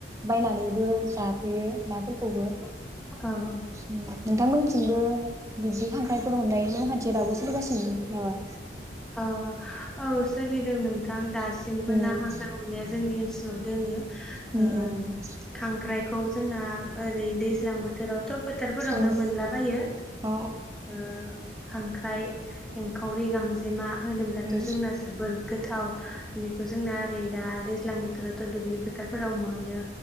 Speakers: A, on the right; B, in the centre.
A: बायनानैबो जाफैयो नाफोरखौबो।
B: औ
A: उम नोंथांमोननिथिंबो बिब्दि खांख्राइफोर हमनाय नेमखान्थिया राबो सोलिगासिनो नामा?
B: अ औ सोलिदों नोंथां दासिमबो
A: उम
B: ना हाग्रा हनाया जोंनि ओनसोल <unintelligible> दोङो
A: उम
B: ओ
A: उम
B: खांख्रायखौ खौ जोंना ओै दैजां बोथोरावथ' फोथारफोरावनो
A: उम
B: मोनलाबायो
A: अ
B: ओ खांख्राइ एंखावरि गां जेमा होनोब्लाथ'
A: उम
B: जोंना जोबोर गोथाव बे जोंना ओरै दा दैज्लां बोथोरावथ' दुब्लि फोथारफोराव मोनो